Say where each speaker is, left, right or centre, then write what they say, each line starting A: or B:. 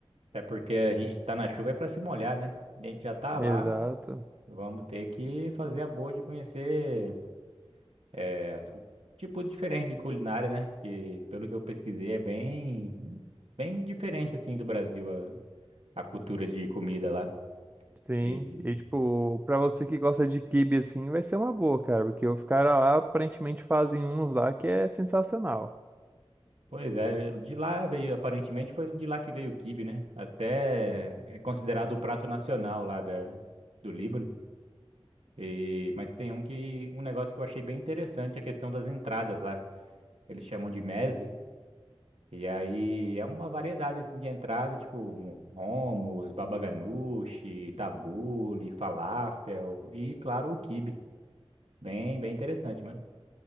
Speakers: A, on the right; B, on the right.
A: Até porque a gente tá na chuva é pra se molhar, né? A gente já tá
B: Exato.
A: lá. Vamos ter que fazer a boa de conhecer É, su- tipo diferente de culinária, né? Que pelo que eu pesquisei é bem bem diferente assim do Brasil a, a cultura de comida lá.
B: Sim,
A: E,
B: e tipo, pra você que gosta de quibe assim, vai ser uma boa, cara, porque os caras lá aparentemente fazem uns lá que é sensacional.
A: pois é, de lá veio aparentemente foi de lá que veio o quibe, né? Até é considerado o prato nacional lá da do Líbano. E mas tem um que um negócio que eu achei bem interessante, a questão das entradas lá. Eles chamam de meze E aí é uma variedade assim de entrada, tipo um hummus, baba ganoush, tabule, falafel e claro o quibe. Bem, bem interessante, mano.